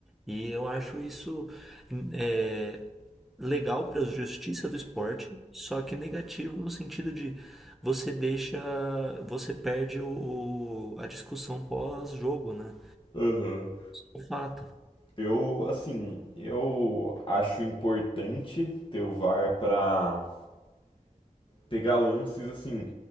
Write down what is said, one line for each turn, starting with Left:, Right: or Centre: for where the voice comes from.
Centre: E eu acho isso é, legal para a justiça do esporte, só que negativo no sentido de você deixa, você perde o, o- a discussão pós-jogo, né?
Left: Aham.
Centre: De fato.
Left: Eu, assim, eu acho importante ter o VAR pra pegar lances, assim,